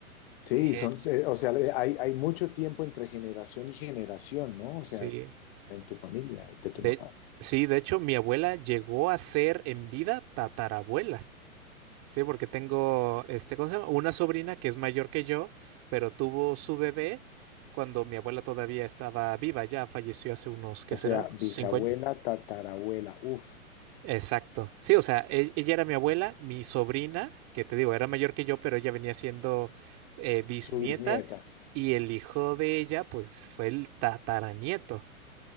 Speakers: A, on the left (about 40°); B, on the right (about 35°).
A: Sí,
B: Eh,
A: son, eh, o sea, le- hay, hay mucho tiempo entre generación y generación, ¿no? O
B: sí.
A: sea, en tu familia, de tu
B: De,
A: mamá.
B: sí, de hecho, mi abuela llegó a ser en vida tatarabuela. Sí, porque tengo, este, ¿cómo se llama? Una sobrina que es mayor que yo, pero tuvo su bebé cuando mi abuela todavía estaba viva, ya falleció hace unos, ¿qué
A: O sea,
B: será?
A: bisabuela,
B: Cinco años.
A: tatarabuela, uff,
B: Exacto. Sí, o sea, e- ella era mi abuela, mi sobrina, que te digo, era mayor que yo, pero ella venía siendo eh, bisnieta
A: su bisnieta.
B: y el hijo de ella, pues fue el tataranieto.